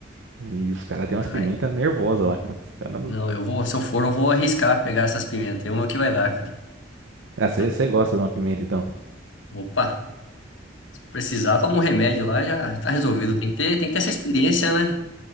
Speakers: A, on the right; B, on the left.
A: E os caras têm umas
B: Ai,
A: pimentas nervosas lá, cara. Os cara... não-
B: não, eu vou, se eu for, eu vou arriscar pegar essas pimentas. Vamos ver o que vai dar, cara.
A: Ah, você
B: <laughs>
A: gosta de uma pimenta, então.
B: Opa. Se precisar, toma um remédio lá, já tá resolvido. Tem que ter, tem que ter essa experiência, né?